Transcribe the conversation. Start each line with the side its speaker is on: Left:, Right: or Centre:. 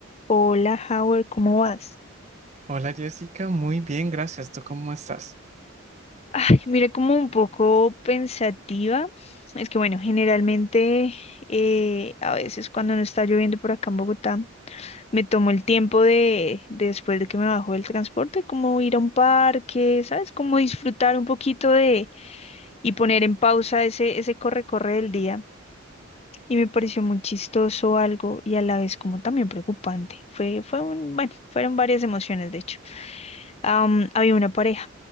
Left: Hola, Howard, ¿cómo vas?
Right: Hola Jessica, muy bien, gracias. ¿Tú cómo estás?
Left: Ay, mira, como un poco pensativa. Es que, bueno, generalmente eh, a veces cuando no está lloviendo por acá en Bogotá, me tomo el tiempo de, de después de que me bajo del transporte, como ir a un parque, ¿sabes? Como disfrutar un poquito de y poner en pausa ese, ese corre-corre del día. Y me pareció muy chistoso algo y a la vez como también preocupante. Fue, fue un, bueno, fueron varias emociones, de hecho. am, había una pareja